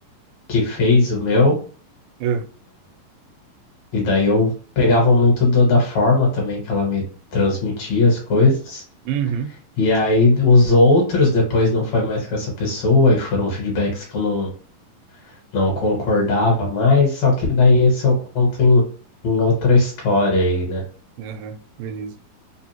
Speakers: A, on the left; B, on the right.
A: que fez o meu.
B: ah,
A: E daí eu pegava muito do- da forma também que ela me transmitia as coisas.
B: Uhum.
A: E aí os outros depois não foi mais com essa pessoa e foram feedbacks que eu não, não concordava mais. Só que daí esse eu conto em, em outra história aí, né?
B: Aham. Beleza.